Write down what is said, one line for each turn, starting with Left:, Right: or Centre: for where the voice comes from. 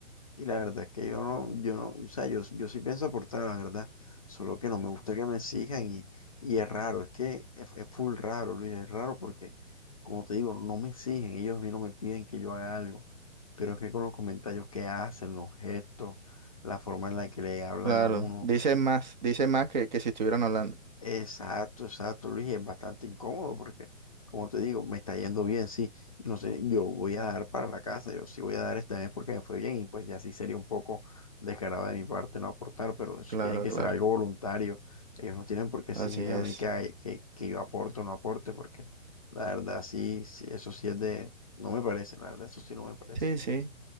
Left: la verdad es que yo no, yo no, o sea, yo, yo sí pienso aportar, la verdad, solo que no me gusta que me exijan y, y es raro, es que es, es full raro, Luis, es raro porque, como te digo, no me exigen, ellos a mí no me piden que yo haga algo, pero es que con los comentarios que hacen, los gestos, la forma en la que le hablan
Right: claro,
Left: a uno,
Right: dicen más, dicen más que, que si estuvieran hablando.
Left: Exacto, exacto, Luis, y es bastante incómodo porque, como te digo, me está yendo bien, sí, no sé, yo voy a dar para la casa, yo sí voy a dar este mes porque me fue bien y pues ya sí sería un poco descarado de mi parte no aportar, pero eso
Right: Claro,
Left: tiene que
Right: claro.
Left: ser algo voluntario, ellos no tienen por qué exigirme
Right: Así es.
Left: a mí que, hay- que, que yo aporte o no aporte porque la verdad sí, sí, eso sí es de, no me parece, la verdad eso sí no me parece.
Right: Sí, sí.